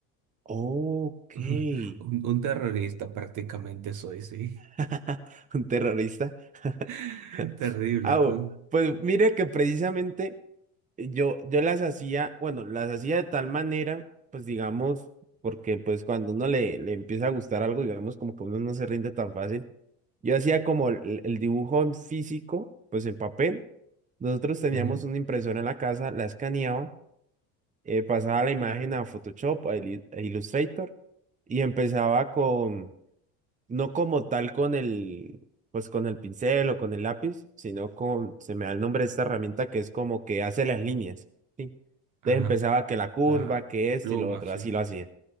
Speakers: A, on the right; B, on the right.
A: Ok.
B: <laughs> Un, un terrorista prácticamente soy, sí.
A: <laughs> Un terrorista. <laughs>
B: <laughs> Terrible,
A: Ah, bu-
B: tú.
A: pues mire que precisamente yo, yo las hacía, bueno, las hacía de tal manera, pues digamos, porque pues cuando uno le, le empieza a gustar algo, digamos, como que uno no se rinde tan fácil. Yo hacía como el, el dibujo en físico, pues en papel. Nosotros teníamos
B: Ujú.
A: una impresora en la casa, la escaneaba eh, pasaba la imagen a Photoshop, a Ili- a Illustrator, y empezaba con, no como tal con el, pues con el pincel o con el lápiz, sino con, se me da el nombre de esta herramienta que es como que hace las líneas, ¿sí?
B: Ajá,
A: Entonces empezaba que la curva,
B: la,
A: que
B: la
A: esto
B: pluma,
A: y lo otro,
B: sí.
A: así lo hacía.